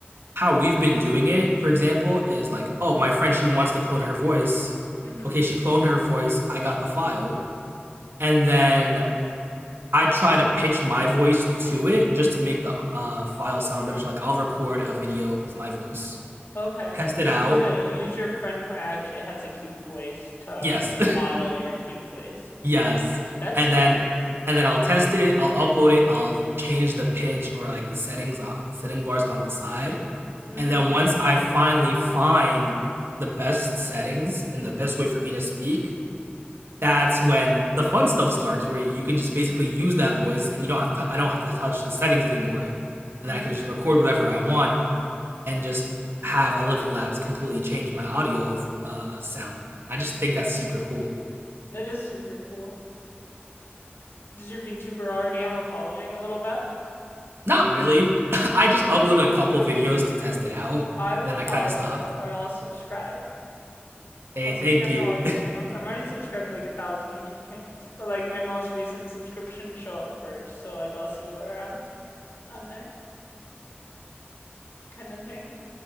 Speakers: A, on the right; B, on the left.
A: how we've been doing it, for example, is like, oh, my friend she wants to clone her voice.
B: Mm-hmm.
A: Okay, she cloned her voice. I got the file, and then I try to pitch my voice to it just to make the uh, file sound better. So like, I'll record a video with my voice,
B: Okay.
A: test it
B: So
A: out.
B: you use a, you use your friend who actually has a cute voice to
A: Yes,
B: model your cute voice.
A: yes
B: That's
A: and
B: smart.
A: then and then i'll test it i'll upload it i'll change the pitch or like the settings uh, setting bars on the side
B: Mm-hmm.
A: and then once i finally find the best settings and the best way for me to speak that's when the fun stuff starts where you can just basically use that voice and you don't have to i don't have to touch the settings anymore and
B: Mm-hmm.
A: then i can just record whatever i want and just have 11 labs completely change my audio uh, sound i just think that's super cool
B: That is super cool. Does your VTuber already have a following a little bit?
A: Not really. <laughs> I just uploaded a couple videos to test it out,
B: I will
A: and then
B: follow
A: I kind of stopped.
B: it or I'll subscribe.
A: Hey,
B: I'll subscribe
A: thank you.
B: to all your
A: <laughs>
B: channels. I'm already subscribed to like a thousand YouTube channels, but like my most recent subscriptions show up first. So like I'll see you around on there kind of thing.